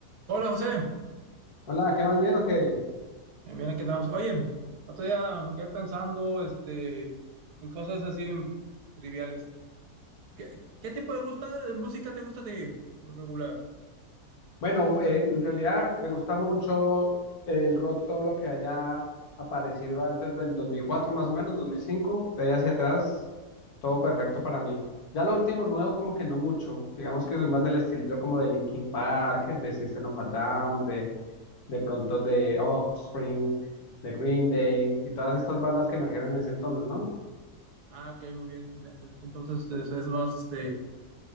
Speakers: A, on the right; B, on the left.
A: Hola José,
B: Hola, ¿qué más bien o qué?
A: Eh, bien aquí andamos. Oye, otro día me quedé pensando este, en cosas así triviales. ¿Qué, qué tipo de gusta, de música te gusta a ti? Por Regular.
B: Bueno, eh, en realidad me gusta mucho el rock, todo lo que haya aparecido antes del 2004, más o menos, 2005, de ahí hacia atrás, todo perfecto para mí. Ya lo último nuevo como que no mucho, digamos que soy más del estilo como de Linkin Park, de System of a Down, de, de pronto de Offspring, de Green Day y todas estas bandas que emergieron en ese entonces, ¿no?
A: Ah, ok, muy bien. Eh, eh, Entonces es, es más, este,